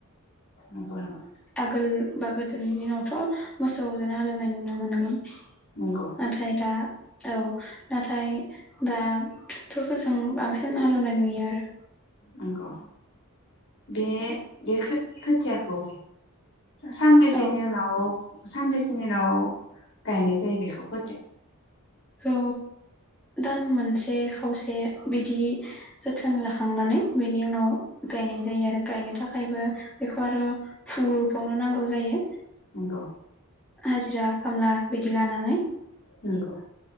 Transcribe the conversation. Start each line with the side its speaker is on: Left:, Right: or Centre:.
Left: नंगौ नामा?
Centre: आगोल बा गोदोनि दिनावथ' मोसौ जोनो हालेवनाय नुनो मोनोमोन।
Left: नंगौ
Centre: नाथाय दा औ नाथाय दा ट्रेक्टरफोरजों बांसिन हालेवनाय नुयो आरो।
Left: नंगौ बे बे खोथियाखौ। सानबेसेनि
Centre: औ
Left: उनाव। सान बेसेनि उनाव गायनाय जायो बेखौ <unintelligible>
Centre: स दान मोनसे खावसे बिदि जोथोन लाखांनानै बेनि उनाव गायनाय जायो आरो गायनो थाखायबो बेखौ आरो फुबावनो नांगौ जायो।
Left: नंगौ।
Centre: हाजिरा खामला बिदि लानानै।
Left: नंगौ